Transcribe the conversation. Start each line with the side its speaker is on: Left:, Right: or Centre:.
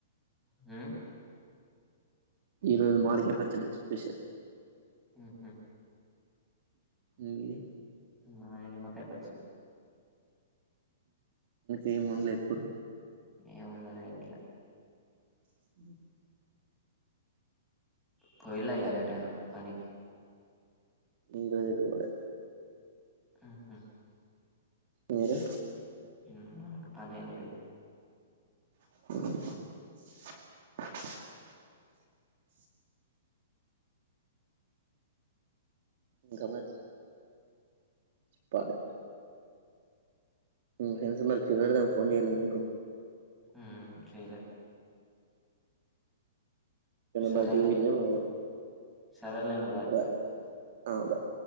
Centre: ఆ
Right: ఈరోజు మాడిక పచ్చడే స్పెషల్
Centre: ఉహ
Right: ఇది
Centre: మా నిమ్మకాయ పచ్చడి
Right: ఏం మొన్లే కూర
Centre: ఏమున్నదో ఇంట్లో
Right: అ
Centre: పోయేలా ఇయ్యాల ఎటైనా పనికి
Right: ఇంకా ఎటు పోలే
Centre: ఆహా
Right: మీరు
Centre: ఆ మనకు పని ఏం లేదు
Right: అ ఇంకా మరి చెప్పాలి ఫ్రెండ్స్ మరికి చడదాం ఫోన్ చేయలే మీకు
Centre: ఉ చేయలే సరేలేండి
Right: బయటికి పోయిలో ఏమో అప్పుడు
Centre: సరేలేండి బాయ్
Right: ఎ ఆ బాయ్